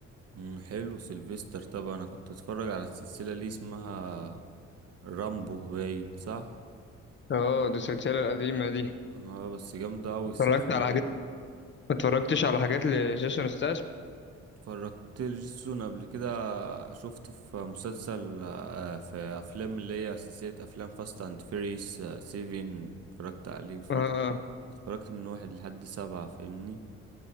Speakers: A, on the right; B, on the left.
A: مم. حلو سيلفستر طبعا انا كنت اتفرج على السلسلة اللي اسمها رامبو باين صح
B: اه دي السلسلة القديمة دي
A: اه بس جامدة اوي
B: اتفرجت
A: السلسلة
B: على حاجات
A: دي
B: ما اتفرجتش على حاجات لجيسون ستاس
A: اتفرجت لجيسون قبل كده شفته في مسلسل آه، في افلام اللي هي سلسلة افلام فاست اند فيريس سيفين اتفرجت عليه اتفرجت
B: اه
A: اتفرجت من واحد لحد سبعة فاهمني